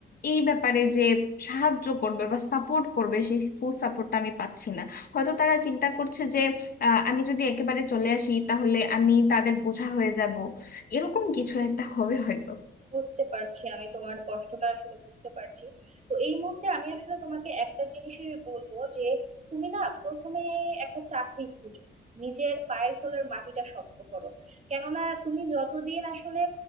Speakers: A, on the left (about 50°); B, on the right (about 35°).
A: এই ব্যাপারে যে সাহায্য করবে বা সাপোর্ট করবে সেই ফুল সাপোর্টটা আমি পাচ্ছি না হয়তো তারা চিন্তা করছে আহ, আমি যদি একেবারে চলে আসি তাহলে আমি তাদের বোঝা হয়ে যাব এরকম কিছু একটা হবে হয়তো
B: বুঝতে পারছি আমি তোমার কষ্টটা আসলে বুঝতে পারছি তো এই মুহূর্তে আমি আসলে তোমাকে একটা জিনিসই বলবো যে তুমি না প্রথমে একটা চাকরি খুঁজো নিজের পায়ের তলার মাটিটা শক্ত করো কেননা তুমি যতদিন আসলে